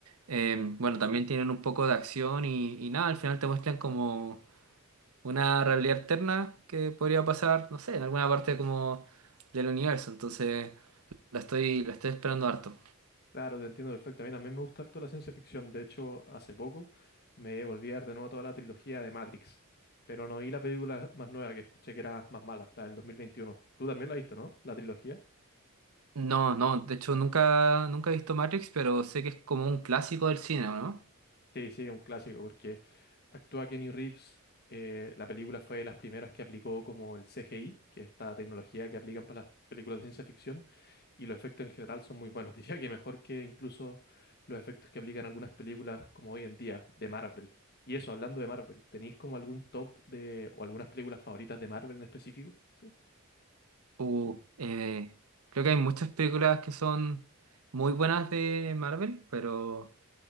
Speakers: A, on the right; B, on the left.
A: Eh, bueno, también tienen un poco de acción y, y nada, al final te muestran como una realidad alterna que podría pasar, no sé, en alguna parte como del universo. Entonces, la estoy, la estoy esperando harto.
B: Claro, te entiendo perfecto. A mí también me gusta harto la ciencia ficción. De hecho, hace poco me volví a ver de nuevo toda la trilogía de Matrix, pero no vi la película más nueva que escuché que era más mala, la del 2021. Tú también la viste, ¿no? La trilogía.
A: No, no, de hecho nunca, nunca he visto Matrix, pero sé que es como un clásico del cine, ¿no?
B: Sí, sí, un clásico, porque actúa Kenny Reeves. eh, la película fue de las primeras que aplicó como el CGI, que es esta tecnología que aplican para las películas de ciencia ficción. y los efectos en general son muy buenos. <laughs> Diría que mejor que incluso los efectos que aplican algunas películas como hoy en día de Marvel. Y eso, hablando de Marvel, ¿tenéis como algún top de o algunas películas favoritas de Marvel en específico? Sí.
A: Uh, eh, creo que hay muchas películas que son muy buenas de Marvel, pero